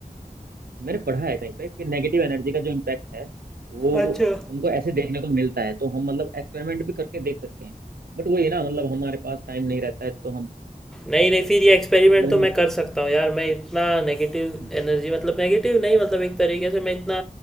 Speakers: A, on the right; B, in the centre.
A: मैंने पढ़ा है कहीं पे कि नेगेटिव एनर्जी का जो इम्पैक्ट है वो
B: अच्छा
A: हमको ऐसे देखने को मिलता है तो हम मतलब एक्सपेरिमेंट भी करके देख सकते हैं बट वही ना मतलब हमारे पास टाइम नहीं रहता है तो हम
B: नहीं नहीं फिर ये एक्सपेरिमेंट
A: मतलब
B: तो मैं कर सकता हूँ यार मैं इतना नेगेटिव
A: अरे
B: एनर्जी मतलब नेगेटिव नहीं मतलब एक तरीके से मैं इतना